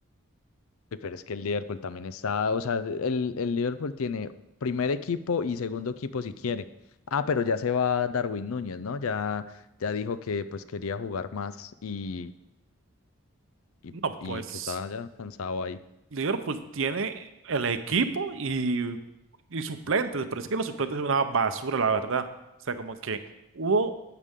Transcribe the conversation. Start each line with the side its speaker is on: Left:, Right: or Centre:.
Left: Uy, pero es que el Liverpool también está, o sea, el, el Liverpool tiene primer equipo y segundo equipo si quiere. Ah, pero ya se va Darwin Núñez, ¿no? Ya, ya dijo que pues quería jugar más y, y,
Right: No,
Left: y
Right: pues
Left: que estaba ya cansado ahí.
Right: Liverpool tiene el equipo y, y suplentes, pero es que los suplentes son una basura, la verdad. O sea, como que hubo,